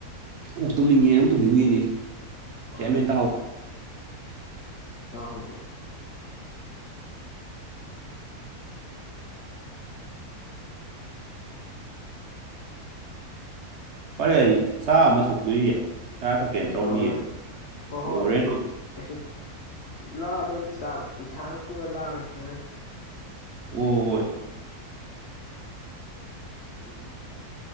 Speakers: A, on the right; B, on the left.
A: ꯑꯣꯨꯛ ꯇꯨꯝꯅꯤꯡꯉꯦ ꯑꯃꯨꯛ ꯇꯨꯝꯁꯤꯟꯈꯤꯅꯤ ꯀꯌꯥꯃꯤꯦꯟ
B: ꯍꯣꯏ
A: ꯇ
B: ꯑꯥꯍꯧ ꯗꯦ
A: ꯐꯔꯦ ꯑꯩ ꯆꯥ ꯑꯃ ꯊꯛꯇꯣꯏꯌꯦ ꯆꯥ ꯊꯛꯀꯦꯅ ꯇꯧꯔꯝꯃꯤꯌꯦ
B: ꯍꯣꯏ ꯍꯣꯏ ꯍꯣꯏ ꯍꯣꯏ ꯍꯣꯏ
A: ꯂꯣꯔꯦꯟ
B: ꯑꯗꯨ ꯑꯩꯁꯨ ꯂꯥꯛꯑꯗꯧꯅꯤ ꯆꯥꯛ ꯌꯦꯟꯁꯥꯡ ꯄꯨꯔ ꯂꯥꯛꯑꯒꯦ ꯍꯥꯏꯔꯕ ꯈꯣ
A: ꯍ ꯎꯝ